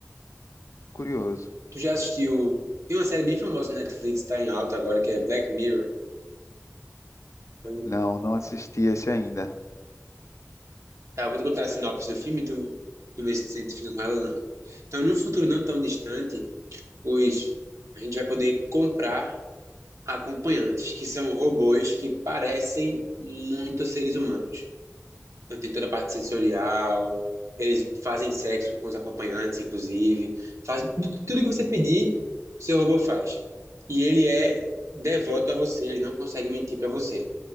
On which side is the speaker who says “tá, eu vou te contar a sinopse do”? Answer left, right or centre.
Right